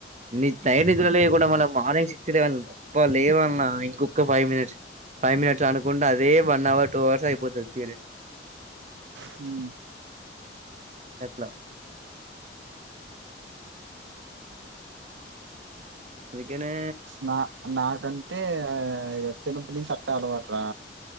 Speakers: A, on the right; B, on the right.
A: నీతై నిద్రలేకండా మనం మార్నింగ్ సిక్స్ లెవిన్ అబ్బా లేవాల్నా ఇంకొక్క ఫైవ్ మినిట్స్ ఫైవ్ మినిట్స్ అనుకుంటే అదే వన్ అవర్ టూ అవర్స్ అయిపోతుది తి <inaudible>
B: హుమ్
A: ఎట్లా అది కెనే
B: నా నాకంటే చిన్నప్పట్నుంచి అట్నే అలవాట్రా